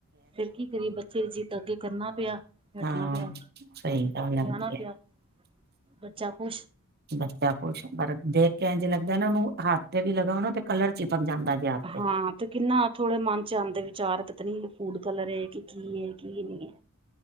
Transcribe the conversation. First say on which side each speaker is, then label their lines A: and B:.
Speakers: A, on the right; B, on the right.
A: ਫੇਰ ਕੀ ਕਰੀਏ ਬੱਚੇ ਦੀ ਜਿੱਦ ਅੱਗੇ ਕਰਨਾ ਪਿਆ। ਨੱਠਣਾ
B: ਹਾਂ,
A: ਪਿਆ
B: <unintelligible> ਸਹੀ ਗਲ ਹੇਗੀ
A: ਲਿਆਣਾ
B: ਏ।
A: ਪਿਆ ਬੱਚਾ ਖੁਸ਼।
B: ਬੱਚਾ ਖੁਸ਼ ਪਰ ਦੇਖ ਕੇੰ ਇੰਜ ਲੱਗਦਾ ਨਾਂ ਉਹਨੂੰ, ਹੱਥ ਤੇ ਵੀ ਲਗਾ ਉਹ ਤੇ ਕਲਰ ਚਿਪਕ ਜਾਂਦਾ। ਜੇ ਹੱਥ
A: ਹਾਂ ਤੇ ਕਿੰਨਾ ਥੋੜ੍ਹੇ ਮਨ ਚ ਆਉਂਦੇ ਵਿਚਾਰ ਪਤਾ ਨਹੀਂ ਫੂਡ ਕਲਰ ਕਿ ਕੀ ਐ ਕੀ ਨਈਂ ਐ।